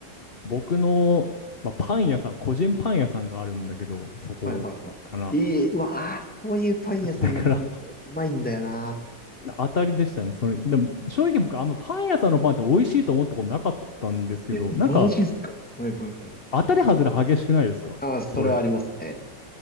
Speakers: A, on the left; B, in the centre.
A: 僕の、まあ、パン屋さん、個人パン屋さんがあるんだけど、そこかな。
B: はいはいはい。いい、うわあ、そういうパン屋さんのパンってうまいんだよな。
A: <laughs> だからな当たりでしたね。それ、でも正直僕、あんまパン屋さんのパンって美味しいと思ったことなかったんですけど、
B: え、
A: なんか
B: マジっすかはいはいはい。
A: 当たり外れ激しくないですかそれ。
B: ああ、それはありますね。